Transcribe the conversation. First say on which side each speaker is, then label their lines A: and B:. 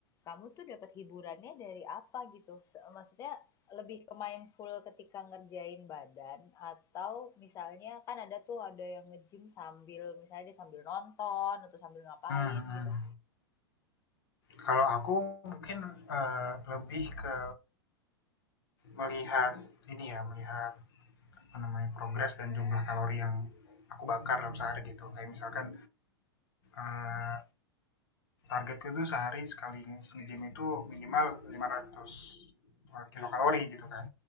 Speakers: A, on the left; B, on the left.
A: kamu tuh dapat hiburannya dari apa gitu? maksudnya lebih ke mindful ketika ngerjain badan atau misalnya kan ada tuh ada yang nge-gym sambil misalnya dia sambil nonton atau sambil ngapain
B: Mhm mhm.
A: gitu?
B: Kalau aku mungkin eh, lebih ke melihat ini ya, melihat apa namanya progres dan jumlah kalori yang aku bakar dalam sehari gitu. Kayak misalkan eh, targetku tuh sehari sekali nge-gym itu minimal lima ratus kilokalori gitu kan.